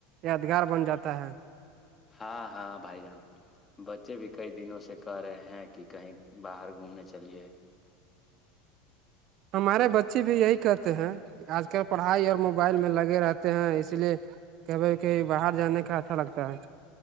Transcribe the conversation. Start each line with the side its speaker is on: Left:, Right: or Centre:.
Right: یادگار بن جاتا ہے
Left: ہاں ہاں بھائی جان بچے بھی کئی دنوں سے کہہ رہے ہیں کہ کہیں باہر گھومنے چلیے
Right: ہمارے بچے بھی یہی کہتے ہیں کہ آج کل پڑھائی اور موبائل میں لگے رہتے ہیں اس لیے کہ بھ کہیں باہر جانے کا اچھا لگتا ہے